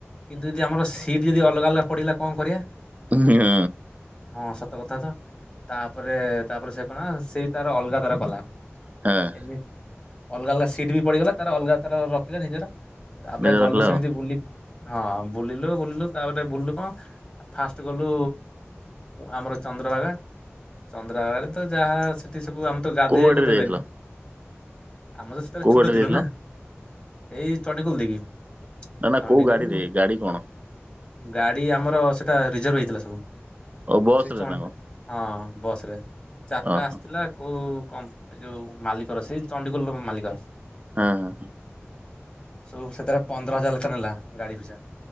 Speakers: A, on the left (about 25°); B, on the right (about 35°).
A: ଏମିତି ଯଦି ଆମର ସିଟ୍ ଯଦି ଅଲଗା ଅଲଗା ପଡ଼ିଗଲା କଣ କରିବା?
B: ହଁ।
A: ହଁ ସତ କଥା ତ, ତାପରେ ତାପରେ ସେ କଣ ସେ ତାର ଅଲଗା ତାର କଲା।
B: ହଁ।
A: ହେଲେ ଅଲଗା ଅଲଗା ସିଟ୍ ବି ପଡିଗଲା, ତାର ଅଲଗା ତାର ରଖିଲା ନିଜର। ତାପରେ
B: ନିଜ
A: ଗଲୁ
B: ରଖିଲ
A: ସେମିତି
B: ଆଉ
A: ବୁଲିକି ହଁ ବୁଲିଲୁ ବୁଲିଲୁ, ତାପରେ ବୁଲିଲୁ କଣ, ଫାଷ୍ଟ ଗଲୁ ଆମର ଚନ୍ଦ୍ରଭାଗା। ଚନ୍ଦ୍ରଭାଗାରେ ତ ଯାହା ସେଠି ସବୁ ଆମର ତ ଗାଧୋଇବାକୁ
B: କୋଉ ଗାଡିରେ
A: ଦେବେନି
B: ଯାଇଥିଲ
A: ଆମ ତ ସେଥିରେ
B: କୋଉ
A: ଛୋଟ
B: ଗାଡିରେ
A: ଥିଲୁ
B: ଯାଇଥିଲ?
A: ନା। ଏଇ ଚଣ୍ଣ୍ଡ ଖୋଲ ଦେଇକି
B: ନା ନା
A: ଚଣ୍ଡିଖୋଲ
B: କୋଉ ଗାଡି ରେ, ଗାଡି କଣ?
A: ଗାଡି ଆମର ସେଟା ରିଜର୍ଭ ହେଇଥିଲା ସବୁ।
B: ଓ ବସରେ
A: ସେ
B: ନା କଣ
A: ହଁ ବସ ରେ। ଚାରିଟା
B: ଓହୋ
A: ଆସିଥିଲା, କୋଉ କମ୍ ଏ ଯୋଉ ମାଲିକର ସେଇ ଚଣ୍ଡିଗୋଲ ମାଲିକ
B: ହଁ ହଁଁ।
A: ସବୁ ସେଥିରେ ପନ୍ଦର ହଜାର ଲେକ୍ଷ ନେଲା, ଗାଡି ପଇସା।